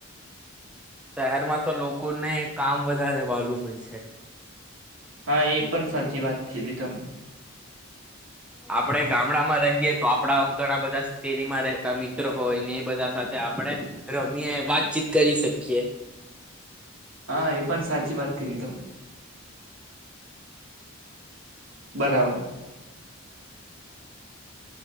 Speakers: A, in the centre; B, on the right (about 70°).
A: શહેરમાં તો લોકોને કામ વધારે વાળું હોય છે.
B: હા એ પણ સાચી વાત કીધી તમે.
A: આપડે ગામડામાં રહીએ તો આપડા ઘણા બધા શેરીમાં રહેતા મિત્રો હોય ને એ બધા સાથે આપડે રમીએ વાતચીત કરી શકીએ.
B: હા એ પણ સાચી વાત કીધી તમે. બરાબર.